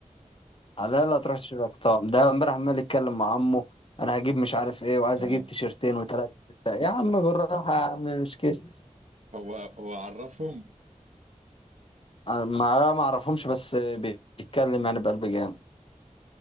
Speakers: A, on the left (about 45°); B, on the right (about 65°).
A: لا لا تروح تشتري اقطاب ده امبارح عمال يتكلم مع عمه انا هجيب مش عارف ايه وعايز
B: اه
A: اجيب تيشرتين وثلاثه يا عم بالراحه يا عم مش كده
B: هو هو عرفهم
A: أنا ما ما اعرفهمش بس بيتكلم يعني بقلب جامد